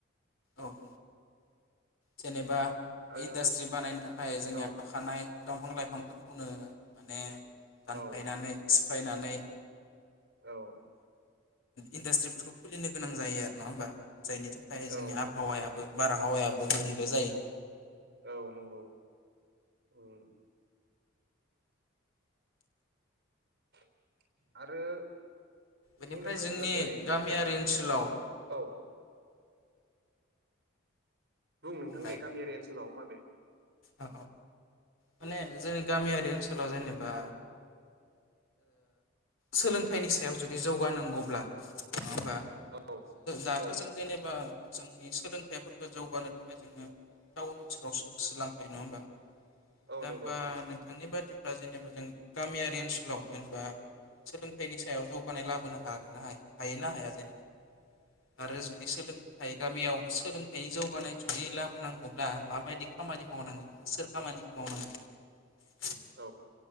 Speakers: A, on the left; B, on the right.
A: औ जेनेबा।
B: आरो
A: इन्डास्ट्री बानायनो थाखाय जोंनिया
B: औ
A: थाखानाय। दंफां लाइफांफोरखौनो माने। दानफायनानै।
B: औ
A: दानफायनानै।
B: औ।
A: इन्डास्ट्री खुलिनो गोनां। गोनां जायो आरो नङा होमबा जायनि थाखाय
B: औ
A: जोंनि आबहावाया। बारहावाया। गुबुंले जायो।
B: औ नंगौ। उम। <inaudible> आरो
A: बेनिफ्राय
B: बुंनो थाङोब्ला
A: जोंनि
B: जेरै
A: गामियारि
B: जेनेबा
A: ओनसोलाव
B: औ। बुं नोंथां
A: बुंलाय
B: दे गामियारि ओनसोलाव माबे।
A: अ माने जोंनि गामियारि ओनसोलाव जेनेबा सोलोंथाइनि सायाव जुदि जौगानांगौब्ला। नङा होमबा
B: औ
A: दाथ
B: औ
A: जों जेनेबा। जोंनि सोलोंथाइफोरखौ जौगाहोनो थाखाय जोङो टाउन ओनसोलाव होसोलाङो। नङा होमबा।
B: औ
A: दा होमबा
B: नंगौ
A: नोंथांनि बादि दा जेनेबा जों गामियारि ओनसोलाव जेनेबा सोलोंथाइनि सायाव जौगानाय लाबोनो हागोनना हायो ना हाया जेनेबा आरो जुदि सोलोंथाइ गामियाव सोलोंथाइ जौगानाय जुदि लाबोनांगौब्ला माबायदि खामानि मावनांगोन सोर खामानिखौ मावनांगोन?
B: औ